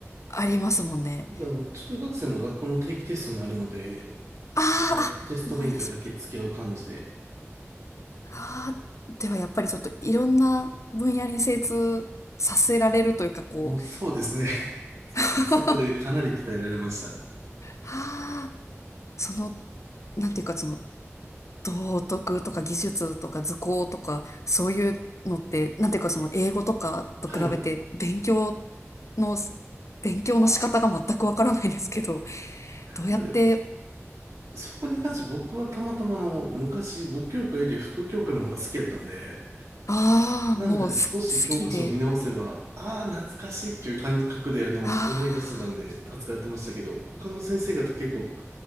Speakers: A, on the left (about 75°); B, on the right (about 80°).
A: ありますもんね。
B: であの、中学生も学校の定期テストにあるので、
A: あー、
B: もうテスト勉強だけ付き合う感じで、
A: あ、思い出しました。はあ、ではやっぱりちょっといろんな分野に精通させられるというかこう、
B: もうそうですね。<laughs>
A: <laughs> は
B: あそこでかなり鍛えられました。
A: あ、その、なんていうかその道徳とか技術とか図工とかそういうのって、なんていうかその英語とかと比べて勉強
B: はい。
A: の、勉強の仕方が全くわからないですけど、
B: あ、
A: どうやって、
B: なので、そこに関して僕はたまたまあの昔5教科より副教科の方が好きやったんで、
A: ああ、
B: なので少し教科書を見直せば、
A: もうす好きで、
B: ああ、懐かしいっていう感覚であの思い出せたんで助かってましたけど、
A: ああ
B: 他の先生方結構